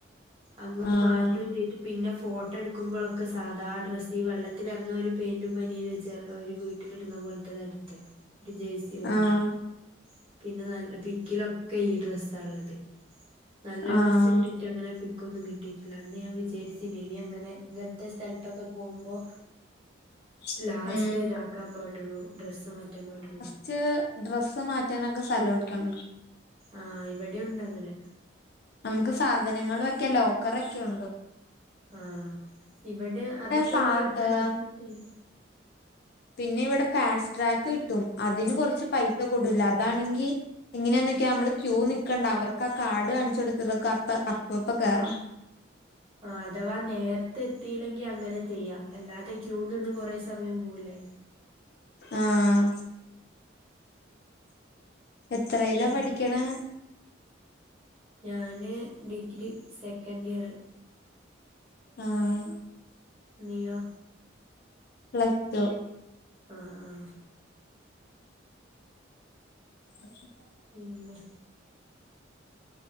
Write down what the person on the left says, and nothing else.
ആഹ്
ആഹ്
ആഹ്
<inaudible>
ഉം
ച്ച് ഡ്രസ്സ് മാറ്റാനൊക്കെ സ്ഥലോക്കണ്ട്
നമുക്ക് സാധനങ്ങള് വെക്കാൻ ലോക്കറ് ഒക്കെ ഉണ്ടോ
ഫാ
ഏഹ്
പിന്നെ ഇവടെ ഫാസ്ട്രാക്ക് കിട്ടും അതിന് കൊറച്ച് പൈസ കൂടുതലാ അതാണെങ്കി ഇങ്ങനെയാന്നിക്ക്യാ അമ്മള് ക്യൂ നിക്കണ്ട അവർക്ക് ആ കാഡ് കാണിച്ച്കൊടുത്ത് റ്ക്ക്അപ്പ അപ്പപ്പ കേറാം
ആഹ് എത്രേലാ
പഠിക്ക്ണ്
ആഹ്
പ്ലസ് ടു
<inaudible>